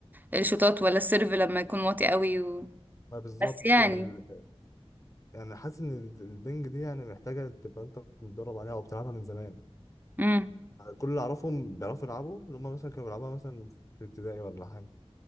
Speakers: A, on the right (about 15°); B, on the left (about 30°).
A: الشوطات ولا السيرف لما يكون واطي قوي و...
B: ما بالظبط
A: بس يعني
B: ال- يعني حاسس إن البنج دي يعني محتاجة تبقى أنت متدرب عليها أو بتلعبها من زمان
A: امم
B: كل اللي اعرفهم بيعرفوا يلعبوا اللي هم مثلا كانوا بيلعبوها مثلا في ابتدائي ولا حاجه